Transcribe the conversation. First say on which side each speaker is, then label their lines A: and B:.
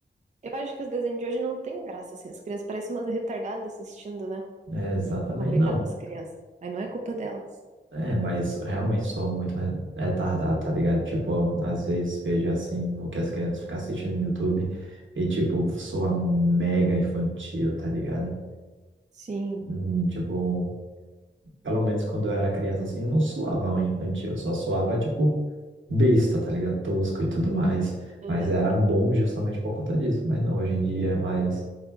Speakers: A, on the right; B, on the right.
A: Eu acho que os desenhos de hoje não têm graça, assim. As crianças parecem umas retardadas assistindo, né?
B: É, exatamente,
A: Ô, coitada
B: não.
A: das crianças. Mas não é culpa delas.
B: É, mas realmente sou muito re- retardado, tá ligado? Tipo, às vezes vejo assim o que as crianças ficam assistindo no YouTube e, tipo, sou mega infantil, tá ligado?
A: Sim.
B: Hum, Tipo, pelo menos quando eu era criança assim, eu não suava um infantil, só suava tipo, besta, tá ligado? Tosco e tudo mais.
A: Aham.
B: Mas era bom justamente por conta disso. Mas não, hoje em dia é mais